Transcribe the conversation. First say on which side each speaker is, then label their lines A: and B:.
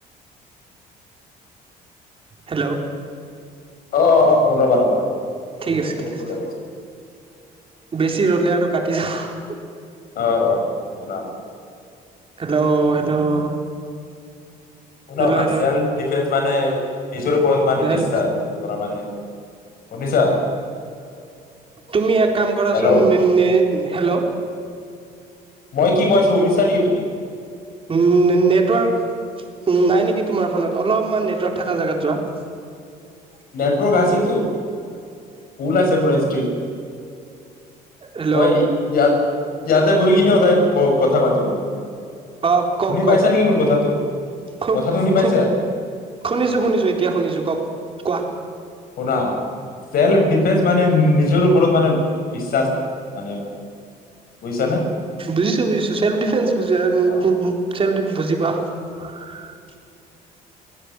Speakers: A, on the right; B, on the left.
A: হেল্ল'
B: অঁ অঁ কম ৰবা ৰবা
A: ঠিক আছে
B: হেডফোনটো
A: ঠিক আছে
B: লগাইছিলো
A: বেছি ৰলে আৰু কাটি যাওঁ
B: অঁ অঁ অঁ
A: হেল্ল' হেল্ল'
B: শুনা
A: হেল্ল'
B: শুনা
A: হেল্ল'
B: চেল্ফ ডিফেন্স মানে নিজৰ ওপৰত মানে
A: হেল্ল
B: বিশ্বাস কৰা মানে শুনিছা
A: তুমি এক কাম কৰাচোন
B: হেল্ল'
A: হেল্ল' <inaudible>
B: মই কি কৈছো শুনিছা চাৰি প <unintelligible>
A: নেটৱৰ্ক নাই নেকি তোমাৰ ফোনত অলপমান নেটৱৰ্ক থকা জাগাত যোৱা
B: নেটৱৰ্ক আছেতো ফুল আছে পুৰা ষ্ট্ৰিক
A: হেল্ল'
B: মই ইয়াত ইয়াতে বহিখিনি সদায় ক কথা পাতো মই
A: আহ কওঁক
B: শুনি
A: কওঁক
B: পাইছা নেকি মোৰ কথাটো
A: খুব
B: কথাটো শুনি পাইছা
A: খুব শুনিছো শুনিছো এতিয়া শুনিছো কওঁক কোৱা
B: শুনা চেল্ফ ডিফেন্স মানে নিজৰ ওপৰত মানে বিশ্বাস মানে বুজিছানে
A: বুজিছো, বুজিছো চেলফ ডিফেন্স বুজিছো
B: অ
A: বুজিছো বুজি পাওঁ। <unintelligible>